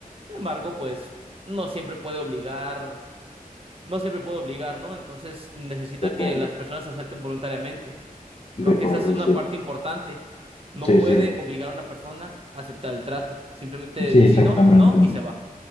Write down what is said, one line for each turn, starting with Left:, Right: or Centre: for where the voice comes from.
Right: Sin embargo, pues no siempre puede obligar no siempre puede obligar, ¿no? Entonces necesita
Left: De acuerdo,
Right: que las personas acepten voluntariamente.
Left: de
Right: Creo
Left: acuerdo,
Right: que esa es una
Left: sí.
Right: parte importante. No
Left: Sí,
Right: puede
Left: sí,
Right: obligar a una persona a aceptar el trato. Simplemente
Left: sí, exactamente.
Right: si no, no y se va.